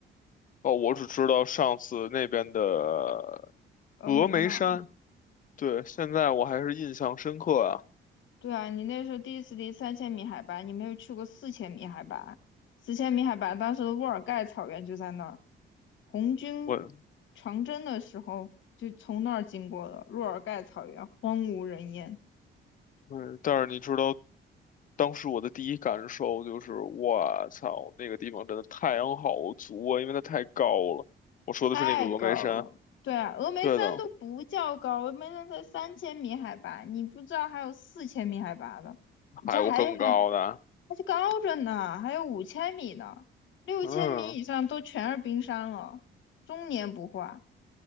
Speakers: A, on the left (about 40°); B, on the left (about 70°).
A: 哦。我只知道上次那边的
B: 峨眉嘛，
A: 峨眉山，对，现在我还是印象深刻啊。
B: 对啊，你那时候第一次离三千米海拔，你没有去过四千米海拔，四千米海拔当时的乌尔盖草原就在那儿，红军长征的时候就从那儿经过了，
A: 我，
B: 乌尔盖草原荒无人烟，
A: 嗯，但是你知道当时我的第一感受就是，我操，那个地方真的太阳好足啊，因为它太高了。我说的是那个峨眉山，
B: 太高了。对啊，峨眉山都不叫高，
A: 对的。
B: 峨眉山才三千米海拔，你不知道还有四千米海拔的，你这还还
A: 还有更高的，
B: 那就高着呢，还有五千米呢，六千米以上都全是冰山了，
A: 嗯，
B: 终年不化。